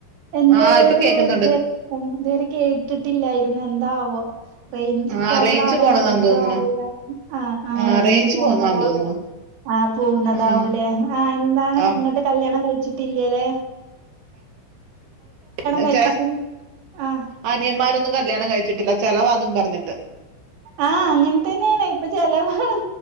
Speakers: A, on the right (about 85°); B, on the right (about 65°).
A: എന്തേരു
B: ആഹ് ഇപ്പൊ കേക്കുന്നുണ്ട്
A: ഇ ഇതുവരെ കേട്ടിട്ടില്ലായിരുന്നു എന്താവോ റേഞ്ച്
B: ആഹ്
A: പ്രോബ്ലം
B: റേഞ്ച്
A: ആണോ
B: പോണതാന്ന്
A: എന്തോ
B: തോന്നുണു
A: അറിയില്ല ആ ആ
B: ആഹ്
A: റേഞ്ച് പോണതോ
B: പോന്നതാന്ന് തോന്നുണു
A: ആഹ് പോവുന്നതാവൂലേ
B: ആഹ്
A: ആഹ് എന്താണ്
B: ആഹ്
A: ഇങ്ങട്ട് കല്യാണം കഴിച്ചിട്ടില്ലല്ലേ
B: <inaudible>
A: കഴിച്ചിട്ട് ആഹ്
B: അനിയന്മാരൊന്നും കല്യാണം കഴിച്ചിട്ടി പിന്നെ ചെലവാന്നും പറഞ്ഞിട്ട്
A: ആഹ് അങ്ങനെ തന്നെയാണ് ഇപ്പൊ ചെലവാണ്